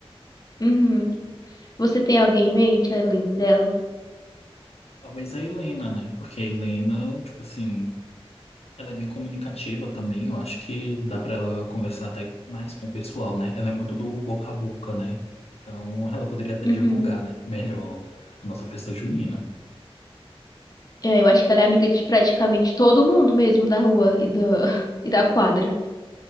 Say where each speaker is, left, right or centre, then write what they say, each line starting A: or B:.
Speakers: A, on the left (about 35°); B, on the left (about 75°).
A: uhum. Você tem alguém em mente além dela?
B: Talvez a Helena, né? Porque a Helena, tipo assim, ela é bem comunicativa também. Eu acho que dá para ela conversar até mais com o pessoal, né? Ela é muito do boca a boca, né? Então, ela poderia até
A: Uhum.
B: divulgar, né? Melhor a nossa festa junina.
A: É, eu acho que ela é amiga de praticamente todo mundo mesmo da rua e da, <laughs> e da quadra.